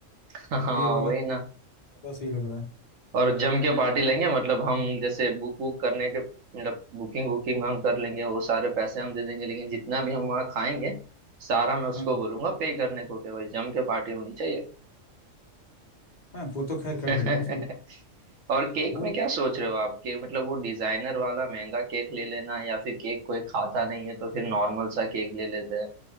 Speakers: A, on the right; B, on the left.
A: <laughs>
B: है
A: हाँ
B: ये वाला
A: वही ना
B: ज़्यादा सही लग रहा है
A: और जम के पार्टी लेंगे मतलब हम जैसे बुक बुक करने के मतलब बुकिंग बुकिंग हम कर लेंगे वो सारे पैसे हम दे देंगे लेकिन जितना भी हम वहाँ खाएंगे सारा मैं उसको
B: हाँ
A: बोलूंगा पे करने को कि भाई जम के पार्टी होनी चाहिए
B: हाँ वो तो खैर
A: <laughs>
B: कर देगा उसकी
A: और केक
B: वो
A: में क्या सोच रहे हो आप कि मतलब वो डिजाइनर वाला महंगा केक ले लेना या फिर केक कोई खाता नहीं है तो फिर नॉर्मल सा केक ले लेते हैं